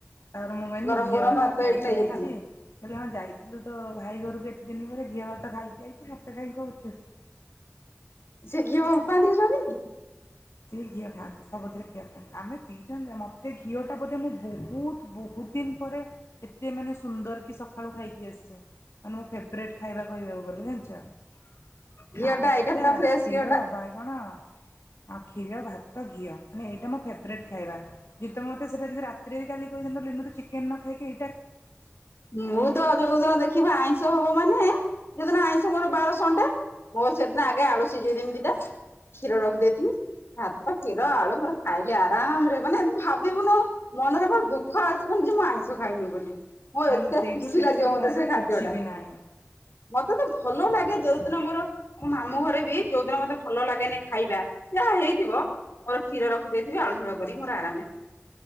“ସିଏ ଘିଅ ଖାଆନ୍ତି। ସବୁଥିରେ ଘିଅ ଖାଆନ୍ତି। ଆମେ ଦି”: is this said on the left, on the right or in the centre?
Left